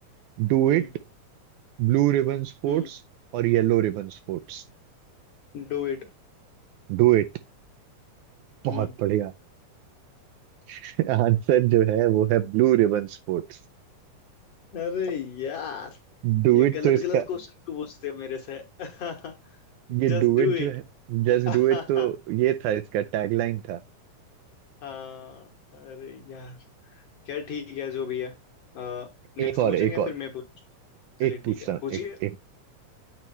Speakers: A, on the right (about 80°); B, on the left (about 60°).
A: do
B: हम्म
A: it, blue ribbon sports
B: हम्म
A: और yellow ribbon sports
B: Do it
A: Do it बहुत
B: हम्म
A: बढ़िया <laughs> आंसर जो है वो है blue ribbon sports
B: अरे यार
A: Do
B: ये
A: it
B: गलत
A: तो इसका
B: गलत क्वेश्चन क्यों पूछते हो मेरे से <laughs>
A: ये
B: Just
A: डू
B: do
A: इट जो
B: it
A: है जस्ट
B: <laughs> हाँ
A: डू इट तो ये था इसका टैगलाइन था
B: हाँ अरे यार खैर ठीक है जो भी है
A: एक
B: नेक्स्ट
A: और
B: पूछेंगे
A: एक और
B: फिर मैं पूछूं चलिए
A: एक पूछता
B: ठीक है
A: हूँ,
B: पूछिए
A: एक एक